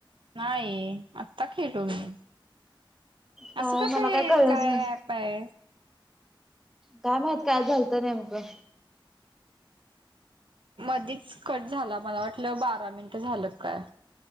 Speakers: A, on the right; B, in the centre.
A: नाही आत्ता खेलो मी
B: काय
A: असं कस
B: मला
A: आहे
B: काय कळलंच
A: काय
B: नाही
A: पाय
B: काय माहित काय झालतं नेमकं.
A: मधीच कट झाला, मला वाटलं बारा मिनटं झालं काय.